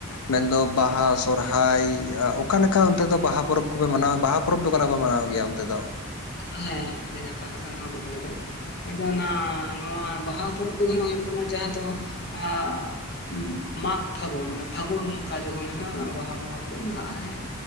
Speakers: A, on the left; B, on the left.
A: ᱢᱮᱱᱫᱚ ᱵᱟᱦᱟ ᱥᱚᱨᱦᱟᱭ ᱚᱠᱟ ᱞᱮᱠᱟ ᱚᱱᱛᱮ ᱫᱚ ᱵᱟᱦᱟ ᱯᱚᱨᱚᱵᱽ ᱠᱚᱯᱮ ᱢᱟᱱᱟᱣᱟ᱾ ᱵᱟᱦᱟ ᱯᱚᱨᱚᱵᱽ ᱫᱚ ᱚᱠᱟ ᱞᱮᱠᱟᱯᱮ ᱢᱟᱱᱟᱣ ᱜᱮᱭᱟ ᱚᱱᱛᱮ ᱫᱚ?
B: ᱦᱮᱸ ᱦᱮᱸ ᱟᱹᱰᱤ ᱱᱟᱯᱟᱭ ᱠᱟᱛᱷᱟ ᱱᱚᱣᱟ ᱠᱩᱠᱞᱤ ᱫᱚ᱾ ᱟᱫᱚ ᱚᱱᱟ ᱱᱚᱣᱟ ᱵᱟᱦᱟ ᱯᱚᱨᱚᱵᱽ ᱠᱚᱫᱚ ᱱᱟᱸᱜ ᱦᱩᱭᱩᱜ ᱠᱟᱱᱟ ᱡᱟᱦᱟᱸ ᱫᱚ ᱟᱸᱻ ᱢᱟᱜᱽ ᱯᱷᱟᱹᱜᱩᱱ ᱢᱟᱱᱮ ᱯᱷᱟᱹᱜᱩᱱ ᱚᱱᱠᱟ ᱡᱚᱠᱷᱚᱱ ᱟ ᱵᱟᱦᱟ ᱵᱚᱸᱜᱟ ᱜᱮᱞᱮ ᱵᱚᱸᱜᱟᱜᱼᱟ᱾ ᱦᱮᱸ